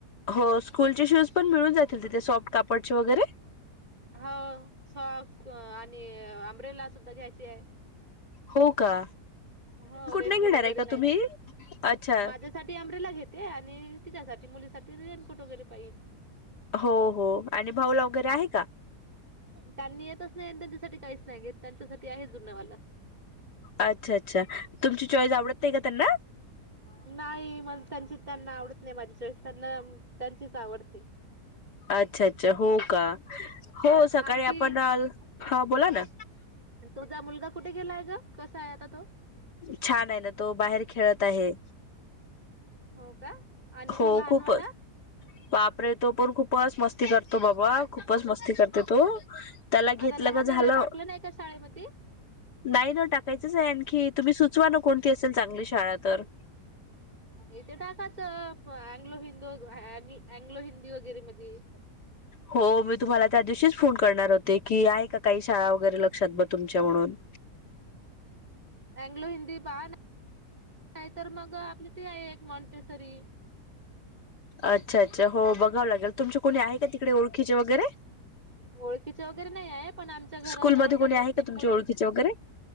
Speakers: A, on the left; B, on the right.
A: हो स्कूलचे शूज पण मिळून जातील तिथे सॉफ्ट कापडचे वगैरे
B: हो सॉक्स आणि आंब्रेला सुद्धा घ्यायचे आहे
A: हो का
B: हो रेनकोट
A: नाही घेणार
B: वगैरे
A: आहे का
B: नाही
A: तुम्ही
B: तर
A: अच्छा
B: माझ्यासाठी अंब्रेला घेते आणि तिच्यासाठी मुलीसाठी रेनकोट वगैरे पाहील
A: हो हो आणि भाऊल वगैरे आहे का
B: त्यांनी येतच नाही त्यांच्यासाठी काहीच नाही घेत त्यांच्यासाठी आहे जुनावाला
A: अच्छा अच्छा तुमची चॉईस आवडत नाही का त्यांना
B: नाही मला त्यांची त्यांना आवडत नाही माझी चॉईस त्यांना त्यांचीच आवडते
A: अच्छा अच्छा हो का हो
B: आणखी
A: सकाळी आपण हा बोला ना
B: तुझा मुलगा कुठे गेलाय ग कसा आहे आता तो
A: छान आहे ना तो बाहेर खेळत आहे
B: हो का आणि
A: हो
B: तो लहान
A: खूप
B: वाला
A: बापरे तो आपण खूपच मस्ती करतो बाबा खूपच मस्ती करते तो त्याला
B: आता
A: घेतलं
B: लहानला
A: का झालं
B: टाकलं का शाळेमध्ये
A: नाही ना टाकायचंच आहे आणखी तुम्ही सुचवा ना कोणती असेल चांगली शाळा तर
B: इथे टाकाच अग्लो हिंदू अल अँग्लो हिंदी वगैरे मध्ये
A: हो मी तुम्हाला त्या दिवशीच फोन करणार होते की आहे का काही शाळा वगैरे लक्षात ब तुमच्या म्हणून
B: अंग्लो हिंदी पा ना तर मग आपली त आहे एक मॉन्टेसरी
A: अच्छा अच्छा हो बघावं लागेल तुमचे कोणी आहे का तिकडे ओळखीचे वगैरे
B: ओळखीच वगैरे नाही आहे पण आमच्या घरा
A: स्कूलमध्ये
B: जवळच्या
A: कोणी
B: दोन
A: आहे
B: तीन
A: का तुमच्या
B: मुली
A: ओळखीचे वगैरे